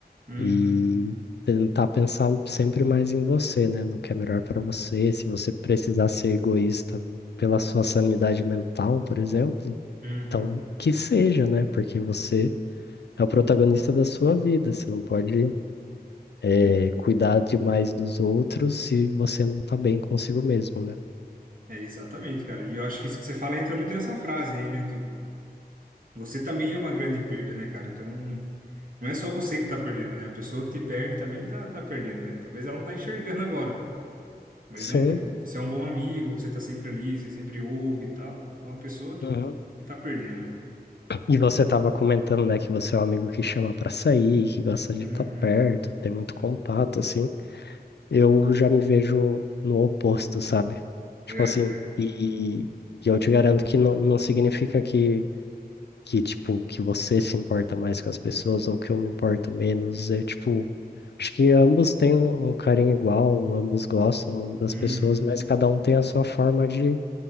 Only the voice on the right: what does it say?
Uhum,
uhum,
sim.
É, exatamente, cara. E eu acho que isso que você fala entra muito nessa frase aí, né? Tipo, você também é uma grande perda, né, cara? Então, não é só você que tá perdendo, né? A pessoa que te perde também tá, tá perdendo, né? Talvez ela não tá enxergando agora. Mas,
né, tipo, você é um bom amigo, você tá sempre ali, você sempre ouve e tal. É Uma pessoa que,
que tá perdendo, né?
Uhum.
Uhum.
Uhum.